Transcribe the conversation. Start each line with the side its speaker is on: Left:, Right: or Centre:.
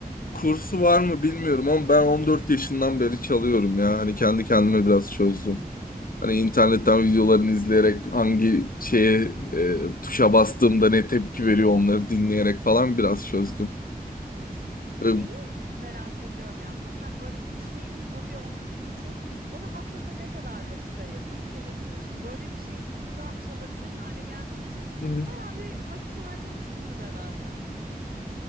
Left: kursu var mı bilmiyorum ama ben 14 yaşından beri çalıyorum ya. Hani kendi kendime biraz çözdüm. Hani internetten
Right: Müthiş.
Left: videolarını izleyerek hangi şeye e, tuşa bastığımda ne tepki veriyor onları dinleyerek falan biraz çözdüm.
Right: Müthiş. Şeyi
Left: E,
Right: merak ediyorum yani mesela böyle bir şeyin hobi olması için ona haftada ne kadar vakit ayırmak gerekiyor? Şimdi böyle bir şeyi sıfırdan çalabilir hale gelmek için
Left: Hı hı.
Right: bayağı bir vakit harcamışsındır herhalde.